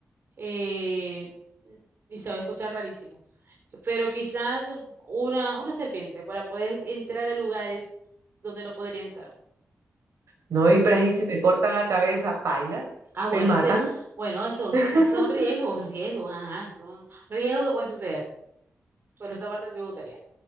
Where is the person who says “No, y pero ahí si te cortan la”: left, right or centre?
Right